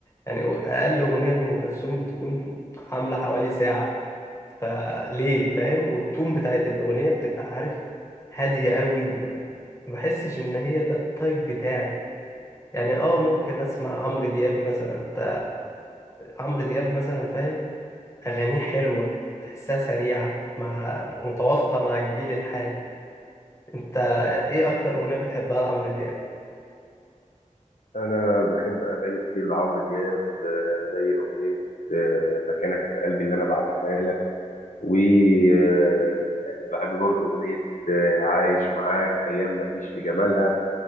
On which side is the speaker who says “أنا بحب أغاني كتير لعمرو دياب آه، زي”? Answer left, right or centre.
Left